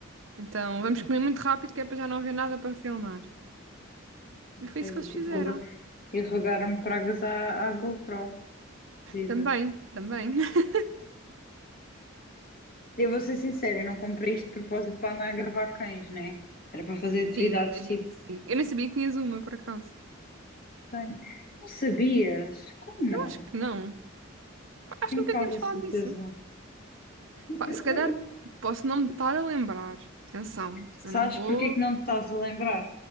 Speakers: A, on the right; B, on the left.
A: Então vamos comer muito rápido, que é para já não haver nada para filmar. E foi
B: Sério,
A: isso que eles
B: tipo,
A: fizeram.
B: roga- e rogaram-me pragas à, à GoPro. Jesus.
A: Também, também. <laughs>
B: Eu vou ser sincera, eu não comprei isto de propósito para andar a gravar cães, né? Era para fazer atividades
A: Sim, eu imagino
B: tipo
A: que sim. Eu nem sabia que tinhas uma, por acaso.
B: cães. Não sabias? Como
A: Eu
B: não?
A: acho que não. Pá, Acho
B: Tenho
A: que nunca
B: quase
A: tínhamos
B: a
A: falado
B: certeza.
A: disso. Pá,
B: Eu,
A: se calhar
B: eu-
A: posso não me estar a lembrar. Atenção, também
B: Sabes
A: não vou,
B: porque é que não te estás a lembrar?